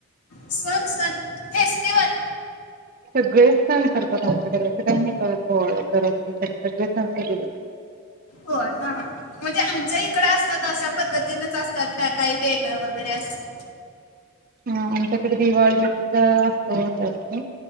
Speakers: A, on the left; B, on the right.
A: सण सण फेस्टिवल.
B: सगळेच सण करतात. आमच्याकडे असं का करत सगळे
A: हो हा ह.. म्हणजे आमच्या इकड असतात अशा पद्धतीनेच असतात का काही वेगळं वगैरे असत
B: हा आमच्याकडे दिवाळीचा असतो जास्त.